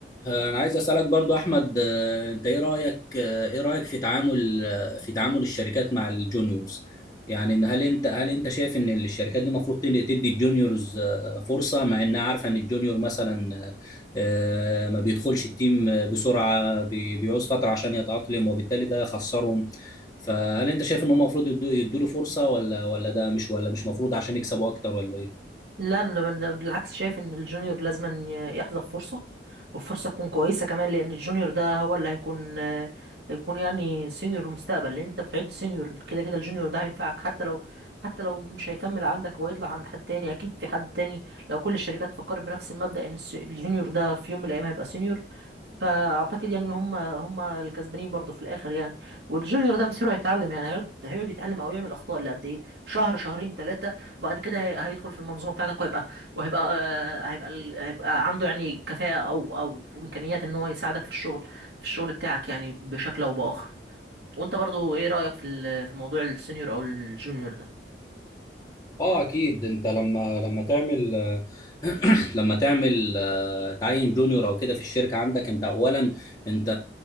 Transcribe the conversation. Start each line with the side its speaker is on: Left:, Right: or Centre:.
Left: آه، انا عايز اسالك برضو احمد آه، انت ايه رايك آه، ايه رايك في تعامل آه، في تعامل الشركات مع الجونيورز يعني إن هل انت هل انت شايف ان الشركات دي المفروض تدي تدي الجونيورز آه، فرصه مع انها عارفه ان الجونيور مثلا آه، آه، ما بيدخلش التيم آه، بسرعه بي- بيعوز فتره عشان يتاقلم وبالتالي ده يخسرهم فهل انت شايف ان هم المفروض يدوا يدوا له فرصه ولا ولا ده مش ولا مش مفروض عشان يكسبوا اكتر ولا ايه؟
Right: لا انا أنا بالعكس شايف ان الجونيور لازم أن يحظى بفرصه وفرصه تكون كويسه كمان لان الجونيور ده هو اللي هيكون هيكون يعني سينيور المستقبل لان انت بتعد سينيور كده كده الجونيور ده هينفعك حتى لو حتى لو مش هيكمل عندك ويطلع عند حد تاني اكيد في حد تاني لو كل الشركات فكرت بنفس المبدأ ان الس- الجونيور ده في يوم من الايام هيبقى سينيور فاعتقد يعني ان هم هم الكسبانين برضه في الاخر يعني والجونيور ده مصيره هيتعلم يعني هيقعد هيقعد يتعلم او يعمل اخطاء لقد ايه شهر شهرين ثلاثه وبعد كده هي- هيدخل في المنظومه بتاعتك وهيبقى وهيبقى آه، هيبقى ال- هيبقى عنده يعني كفاءه او او امكانيات ان هو يساعدك في الشغل في الشغل بتاعك يعني بشكل او باخر وانت برضو ايه رايك في ال- في موضوع السينيور او الجونيور ده
Left: اه اكيد انت لما لما تعمل <clears throat> لما تعمل تعين جونيور او كده في الشركه عندك انت اولا انت